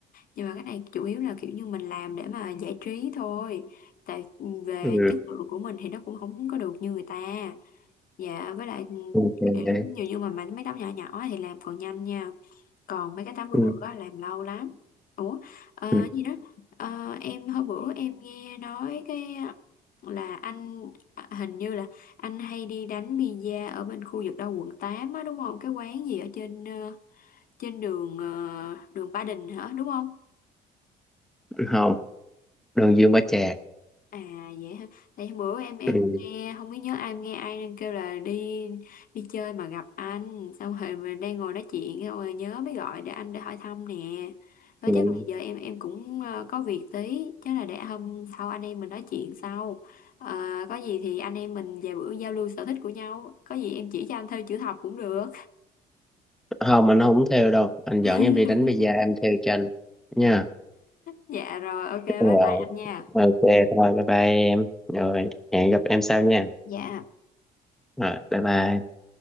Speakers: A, on the left; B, in the centre.
A: nhưng mà cái này chủ yếu là kiểu như mình làm để mà giải trí thôi tại về
B: ừ,
A: chất lượng của mình thì nó cũng không có được như người ta dạ với lại ừ,
B: ok.
A: kiểu như như mà mấy mấy tấm nhỏ nhỏ thì làm còn nhanh nha còn mấy cái 80
B: ừ,
A: bữa á, làm lâu lắm ủa ờ,
B: ừ,
A: gì đó Ờ, em hôm bữa em nghe nói cái ờ, là anh à, hình như là anh hay đi đánh pizza ở bên khu vực đâu quận 8 á đúng không cái quán gì ở trên ờ, trên đường ờ, đường Ba Đình hả đúng không
B: ừ, không đường Dương Bá Trà
A: À vậy hả? Tại bữa em em
B: ừ.
A: nghe không biết nhớ ai em nghe ai đang kêu là đi đi chơi mà gặp anh xong rồi mình đang ngồi nói chuyện xong rồi nhớ mới gọi để anh để hỏi thăm nè. Thôi
B: Ừ.
A: chắc là giờ em em cũng ờ, có việc tí, chắc là để hôm sau anh em mình nói chuyện sau. Ờ, có gì thì anh em mình về bữa giao lưu sở thích của nhau, có gì em chỉ cho anh theo chữ thập cũng được.
B: Không anh không theo đâu anh dẫn
A: <laughs>
B: em đi đánh bida em theo cho anh nha
A: Dạ rồi, ok bye
B: rồi
A: bye anh nha.
B: ok thôi bye bye em rồi hẹn gặp em sau nha
A: Dạ.
B: rồi bye bye